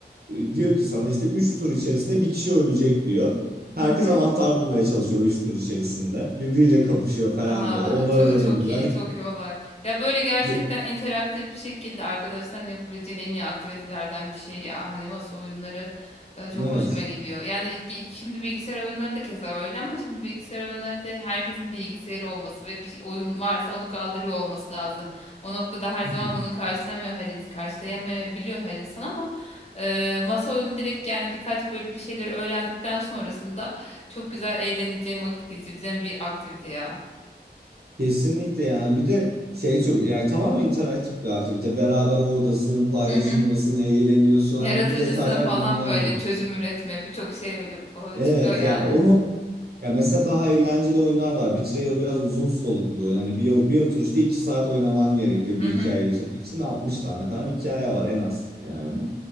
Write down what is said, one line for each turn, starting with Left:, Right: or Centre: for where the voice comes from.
Right: e, diyor ki sana işte 3 tur içerisinde bir kişi ölecek diyor. Herkes
Left: Hı hı.
Right: anahtar bulmaya çalışıyor 3 tur içerisinde. Birbiriyle kapışıyor falan
Left: Aa,
Right: böyle. Onlara
Left: çok,
Right: dönebiliyor.
Left: çok iyi,
Right: Hani
Left: çok iyi olay. Ya böyle gerçekten
Right: ye-
Left: interaktif bir şekilde arkadaşların yapabileceğin en iyi aktivitelerden bir şey ya. Hani masa oyunları e, çok
Right: evet.
Left: hoşuma gidiyor. Yani ki- şimdi bilgisayar oyunları da keza öyle ama şimdi bilgisayar oyunları da herkesin bilgisayarı olması ve bir oyun varsa onu kaldırıyor olması lazım. O noktada her
Right: <laughs>
Left: zaman bunu karşılamıyor her insan, karşılayamayabiliyor her insan ama e, masa oyunu direkt yani birkaç böyle bir şeyleri öğrendikten sonrasında çok güzel eğleneceğim, vakit geçireceğim bir aktivite ya.
Right: Kesinlikle yani bir de şey çok yani tamamen interaktif bir aktivite. Beraber oradasın, paylaşımdasın,
Left: Hı hı.
Right: eğleniyorsun.
Left: Yaratıcısın
Right: Hani bu detaylar
Left: falan
Right: inanılmaz.
Left: böyle çözüm üretme birçok şey o- o
Right: Evet
Left: çıkıyor yani.
Right: ya onu Ya mesela daha eğlenceli oyunlar da var. Betrayal biraz uzun soluklu bir oyun. Hani bir, bir oturuşta 2 saat oynaman gerekiyor
Left: Hı
Right: bir
Left: hı.
Right: hikayeyi bitirmek için. 60 tane falan hikaye var en az yani.